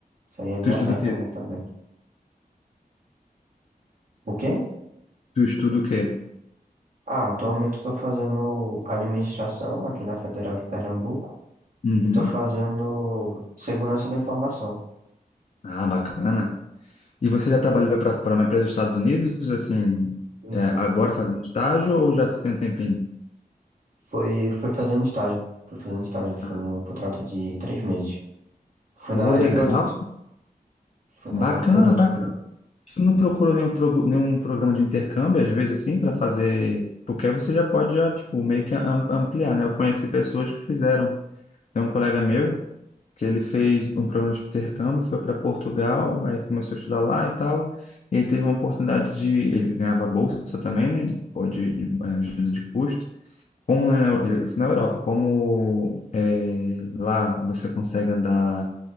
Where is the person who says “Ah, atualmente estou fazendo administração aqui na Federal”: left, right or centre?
Right